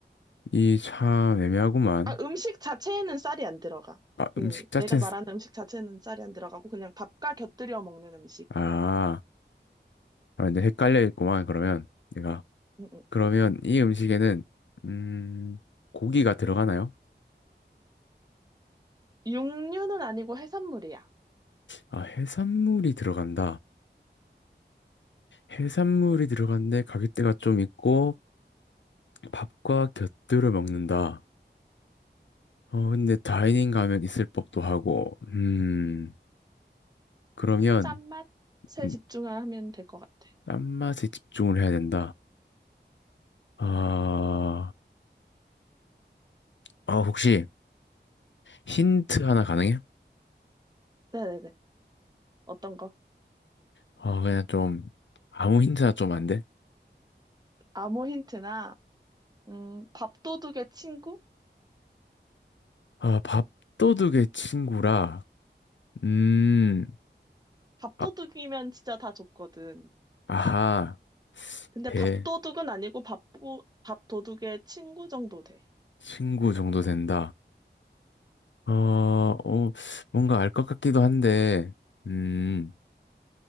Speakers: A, on the left; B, on the right.
A: 이 참 애매하구만.
B: 아, 음식 자체에는 쌀이 안 들어가.
A: 아,
B: 그,
A: 음식 자체는,
B: 내가 말하는
A: 쓰-
B: 음식 자체는 쌀이 안 들어가고, 그냥 밥과 곁들여 먹는 음식.
A: 아, 아, 근데 헷갈려 있구만, 그러면. 내가.
B: 음, 음.
A: 그러면 이 음식에는, 음, 고기가 들어가나요?
B: 육류는 아니고 해산물이야.
A: 아, 해산물이 들어간다. 해산물이 들어간데 가격대가 좀 있고, 밥과 곁들여 먹는다. 어, 근데 다이닝 가면 있을 법도 하고, 음, 그러면,
B: 짠맛에
A: 음,
B: 집중하면 될 것 같아.
A: 딴맛에 집중을 해야 된다. 아, 아, 혹시 힌트 하나 가능해?
B: 네네네. 어떤 거?
A: 아, 그냥 좀, 아무 힌트나 좀 안 돼?
B: 아무 힌트나, 음, 밥도둑의 친구?
A: 아, 밥도둑의 친구라, 음,
B: 밥도둑이면
A: 아,
B: 진짜 다 줬거든.
A: 아하,
B: 근데
A: 대,
B: 밥도둑은 아니고 밥보, 밥도둑의 친구 정도 돼.
A: 친구 정도 된다. 어, 어, 뭔가 알 것 같기도 한데, 음,